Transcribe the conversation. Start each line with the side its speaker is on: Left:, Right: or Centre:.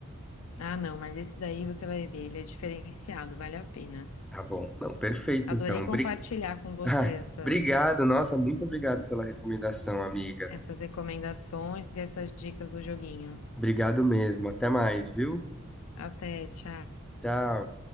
Left: Ah, não, mas esse daí você vai ver, ele é diferenciado, vale a pena.
Centre: Tá bom. Não, perfeito,
Left: Adorei
Centre: então.
Left: compartilhar
Centre: Bri... <laughs>
Left: com você
Centre: Ai,
Left: essas,
Centre: obrigado, nossa, muito obrigado pela recomendação, amiga.
Left: essas recomendações e essas dicas do joguinho.
Centre: Obrigado mesmo. Até mais, viu?
Left: Até, tchau.
Centre: Tchau.